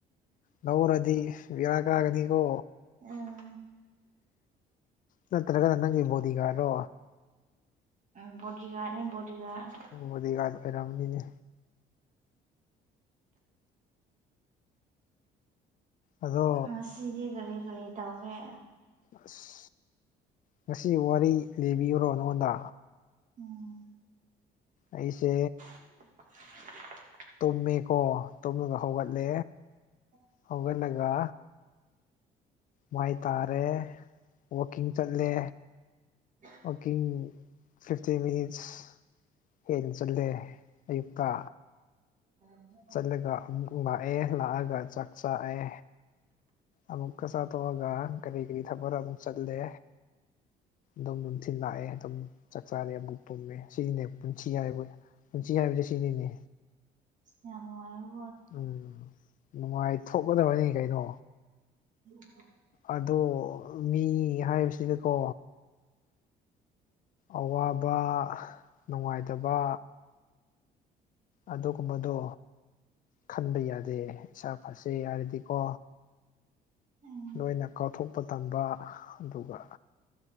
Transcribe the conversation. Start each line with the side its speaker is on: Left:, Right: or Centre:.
Left: ꯂꯧꯔꯗꯤ ꯕꯤꯔꯥ ꯀꯥꯒꯅꯤꯀꯣ
Right: ꯑꯥ
Left: ꯅꯠꯇ꯭ꯔꯒꯅ ꯅꯪꯒꯤ ꯕꯣꯗꯤꯒꯥꯔꯗꯣ
Right: ꯎꯝ ꯕꯣꯗꯤꯒꯔꯗꯅꯦ ꯕꯣꯗꯤꯒꯔꯗ
Left: ꯕꫭꯗꯤꯒꯥꯏꯗ ꯑꯣꯏꯔꯝꯅꯤꯅꯦ ꯑꯗꯣ
Right: ꯉꯁꯤꯗꯤ ꯀꯔꯤ ꯀꯔꯤ ꯇꯧꯔꯦ
Left: ꯑꯁ ꯉꯁꯤ ꯋꯥꯔꯤ ꯂꯤꯕꯤꯌꯨꯔꯣ ꯅꯉꯣꯟꯗ
Right: ꯎꯝ
Left: ꯑꯩꯁꯦ
Right: <inaudible>
Left: ꯇꯨꯝꯃꯦꯀꯣ ꯇꯨꯝꯃꯒ ꯍꯧꯒꯠꯂꯦ
Right: UNINTELLIGIBLE
Left: ꯍꯧꯒꯠ ꯂꯒ ꯃꯥꯏ ꯇꯥꯔꯦ ꯋꯀꯤꯡ ꯆꯠꯂꯦ
Right: UNINTELLIGIBLE
Left: ꯋꯀꯤꯡ ꯐꯤꯐꯇꯤ ꯃꯤꯅꯤꯠꯁ ꯍꯦꯟ ꯆꯠꯂꯦ ꯑꯌꯨꯛꯇ
Right: UNINTELLIGIBLE
Left: ꯆꯠꯂꯒ ꯍꯨꯡꯒꯨ ꯃꯥꯛꯑꯦ ꯂꯥꯛꯑꯒ ꯆꯥꯛ ꯆꯥꯛꯑꯦ ꯑꯃꯨꯛꯀ ꯆꯥꯊꯣꯛꯑꯒ ꯀꯔꯤ ꯒꯤꯔꯤ ꯊꯛꯄ ꯔꯃꯨꯛ ꯆꯠꯂꯦ ꯗꯨꯝ ꯂꯥꯛꯑꯦ ꯑꯗꯨꯝ ꯆꯥꯛ ꯆꯥꯔꯦ ꯑꯃꯨꯛ ꯇꯨꯝꯃꯦ ꯁꯤꯅꯦ ꯄꯨꯟꯁꯤ ꯍꯥꯏꯕꯨ ꯄꯨꯟꯁꯤ ꯍꯥꯏꯕꯁꯦ ꯁꯤꯅꯤꯅꯦ
Right: ꯁꯁ ꯃꯌ꯭ꯥꯝ ꯅꯨꯪꯉꯥꯏꯔꯣ
Left: ꯎꯝ ꯅꯨꯡꯉꯥꯏ ꯊꯣꯛꯀꯗꯕꯅꯤ ꯀꯩꯅꯣ
Right: UNINTELLIGIBLE
Left: ꯑꯗꯣ ꯃꯤ ꯍꯥꯏꯕꯁꯤꯗꯀꯣ ꯑꯋꯥꯕ ꯅꯨꯡꯉꯥꯏꯇꯕ ꯑꯗꯨꯒꯨꯝꯕꯗꯣ ꯈꯟꯕ ꯌꯥꯗꯦ ꯏꯁꯥ ꯐꯁꯦ ꯍꯥꯏꯔꯗꯤꯀꯣ
Right: ꯎꯝ
Left: ꯂꯣꯏꯅ ꯀꯥꯎꯊꯣꯛꯄ ꯇꯝꯕ ꯑꯗꯨꯒ